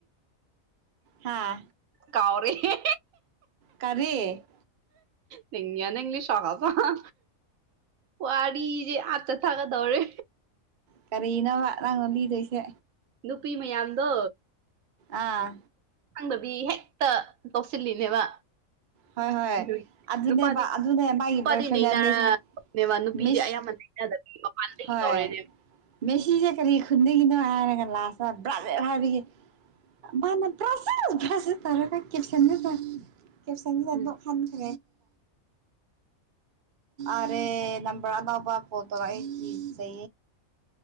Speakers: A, on the right; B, on the right.
A: ꯍꯥꯥ
B: ꯀꯥꯎꯔꯤꯦ
A: ꯀꯔꯤꯦ
B: ꯅꯂꯤꯌꯥ ꯅꯂꯤ ꯁꯉꯥ ꯐꯉꯥ ꯋꯥꯔꯔꯤ ꯑꯆꯆꯥ ꯊꯀꯥꯗꯧꯔꯦ
A: ꯀꯔꯤꯅꯣ ꯗꯩꯁꯦ
B: ꯅꯨꯄꯤ ꯃꯌꯥꯝꯗꯣ
A: ꯑꯥ
B: ꯈꯪꯗꯕꯤ ꯍꯦꯛꯇ ꯇꯧꯁꯤꯜꯂꯤꯅꯦꯕ
A: ꯍꯣꯏ ꯍꯣꯏ
B: ꯑꯗꯨꯒꯤ
A: ꯑꯗꯨꯅꯦꯕ
B: ꯅꯨꯄꯥꯗꯤ
A: ꯑꯗꯨꯅꯦ ꯃꯥꯒꯤ
B: ꯅꯨꯄꯥꯗꯤ
A: ꯕꯣꯏ ꯐ꯭ꯔꯦꯟꯗꯁ
B: ꯅꯩꯅꯔꯅꯦꯕ ꯅꯨꯄꯤꯗꯤ
A: ꯃꯤꯁ
B: ꯑꯌꯥꯝꯕ ꯅꯩꯅꯗꯕꯤ ꯃꯄꯥꯟꯗꯒꯤ
A: ꯍꯣꯏ
B: ꯇꯧꯔꯦꯅꯦꯕ
A: ꯃꯤꯦꯁꯤꯁꯦ ꯀꯔꯤ ꯈꯨꯟꯒꯤꯅꯣ ꯍꯥꯏꯔ ꯕ꯭ꯔꯥꯖꯦꯜ ꯍꯥꯏꯕꯒꯤ ꯃꯥꯅ ꯕ꯭ꯔꯥꯖ ꯕ꯭ꯔꯥꯖꯜ ꯇꯧꯔꯒ ꯀꯦꯞꯁꯟꯗ ꯀꯦꯞꯁꯥꯡꯒꯤ ꯆꯠꯗꯣ
B: ꯎꯝ
A: ꯍꯥꯟꯈꯦ ꯑꯔꯦ ꯅꯝꯕꯔ ꯑꯅꯕ ꯐꯥꯎ ꯇꯧꯔꯛꯏꯦꯌꯦ